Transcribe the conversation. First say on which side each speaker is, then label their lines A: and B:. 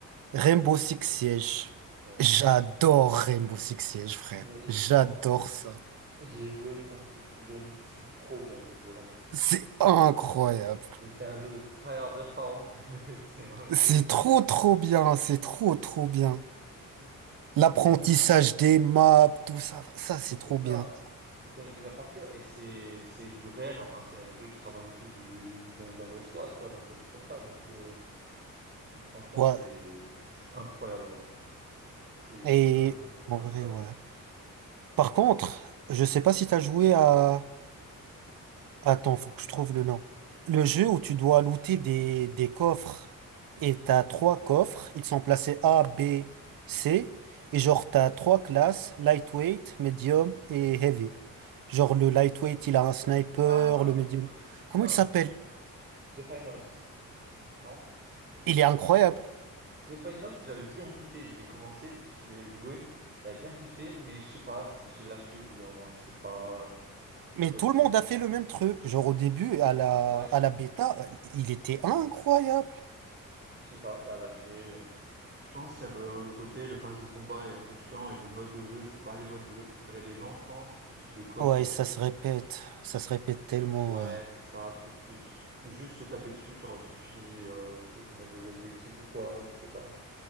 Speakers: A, on the right; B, on the right.
A: Rainbow Six Siege.
B: Oh,
A: J'adore Rainbow Six Siege, frère.
B: mais
A: J'adore
B: franchement,
A: ça.
B: j'y ai joué quand j'étais plus jeune, c'est trop bien comme jeu Rainbow Six.
A: C'est incroyable.
B: Et c'est un jeu de tryharder par contre, <laughs> mais c'est un jeu
A: C'est trop, trop bien. C'est trop, trop bien.
B: c'est
A: L'apprentissage
B: ce qui est bien,
A: des maps, tout ça, ça, c'est
B: mais c'est
A: trop
B: ça.
A: bien.
B: faut connaître les maps par cœur et c'est c'est du réel enfin c'est un jeu qui se rapproche le plus du d'un d'un vrai SWAT quoi d'un vrai truc comme ça donc euh, donc franchement
A: Ouais.
B: c'est c'est incroyable en vrai c'est
A: Et
B: c'est un jeu
A: en
B: incroyable
A: vrai, ouais. Par contre, je sais pas si t'as joué à Attends, faut que je trouve le nom. Le jeu où tu dois looter des, des coffres. Et t'as trois coffres. Ils sont placés A, B, C. Et genre, t'as trois classes, lightweight, medium et heavy. Genre, le lightweight, il a un sniper,
B: ah
A: le medium.
B: euh, putain
A: Comment il s'appelle?
B: The Finals non
A: Il est incroyable.
B: The Finals j'avais bien kiffé j'ai commencé j'ai joué j'avais bien kiffé mais je sais pas j'ai lâché au bout d'un moment je sais pas
A: Mais
B: quand
A: tout
B: je
A: le monde a fait le même truc. Genre, au début, à la,
B: ouais
A: à la bêta, il était incroyable.
B: je sais pas ça a lâché Je pense qu'il y avait euh, le côté le pass de combat est un peu chiant et le mode de jeu, c'était pas les modes de jeu préférés des gens, je pense. Le truc de coffre
A: Ouais,
B: et
A: ça se
B: tout.
A: répète. Ça se répète tellement,
B: Ouais, c'est ça. Peut-être que s- juste se taper dessus, ça aurait suffi, euh, plutôt que de mettre des objectifs ou quoi, je sais pas.